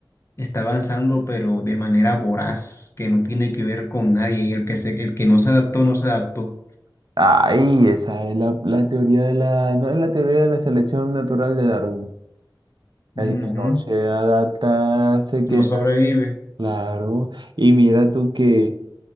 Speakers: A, on the left; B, on the right.
A: está avanzando, pero de manera voraz, que no tiene que ver con nadie. Y el que se, el que no se adaptó, no se adaptó.
B: Ay, esa es la, la teoría de la, no es la teoría de la selección natural de Darwin. El
A: Ujú,
B: que no se adapta se queda
A: No sobrevive.
B: claro. Y mira tú que,